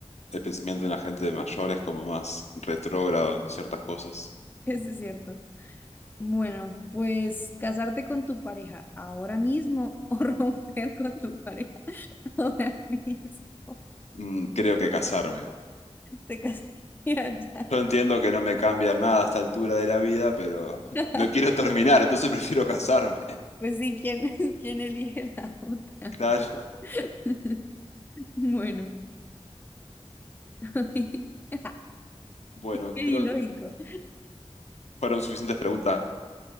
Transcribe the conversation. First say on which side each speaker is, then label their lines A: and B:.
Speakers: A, on the left; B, on the left.
A: el pensamiento de la gente mayor es como más retrógrado en ciertas cosas.
B: Eso es cierto. Bueno, pues casarte con tu pareja ahora mismo o <laughs> romper con tu pareja ahora mismo.
A: Mm, creo que casarme.
B: Te casarías ya.
A: Yo entiendo que no me cambia nada a esta altura de la vida, pero <laughs>
B: <laughs>
A: no quiero terminar, entonces prefiero casarme. <laughs>
B: Pues sí, ¿quién, <laughs> quién elige la otra?
A: Claro.
B: <laughs> Bueno, <laughs> qué
A: Bueno,
B: ilógico.
A: creo que fueron suficientes preguntas.